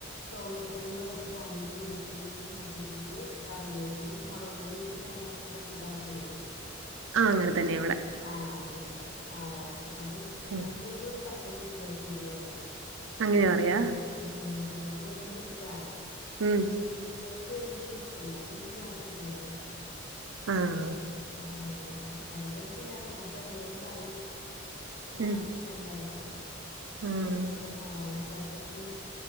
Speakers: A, on the left (about 65°); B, on the right (about 80°).
A: ചൊവ് എണ്ണ ഒഴിച്ച് ചൊവന്നുള്ളി വെളുത്തുള്ളി മൂപ്പിച്ചിട്ട് കറിവേപ്പിലിം മൊളക് പൊടി ട്ട് അയിനകത്ത് ഒരു ചക്കീട്ട് എളക്കിട്ക്കും.
B: ആഹ് അങ്ങനെതന്നെ വിടെ.
A: ആഹ് ആഹ് ലാസ്റ്റ് അത്
B: ഉം
A: അയിന് ഞങ്ങളിവിടെ ചക്ക കുത്തികാച്ചീന്ന് പറയാ.
B: അങ്ങനെയാ പറയാ
A: ഉം പിള്ളേർക്ക് ഭയങ്കരഷ്ടാ.
B: ഉം
A: പിള്ളെർക്ക് വേവിക്കിണഷ്ടല്ല കുത്തി കാച്ചിട്ക്ക്ണതാ ഇഷ്ടം.
B: ആഹ്
A: ആഹ് അങ്ങനെ എടക്കെടക്ക് ണ്ടാക്കും അപ്പൊ എന്തേലും കറി. വേണം
B: ഉം
A: രണ്ടാൾക്കും
B: ആഹ്
A: ഇവിടെ ആഹ് ചക്കക്ക്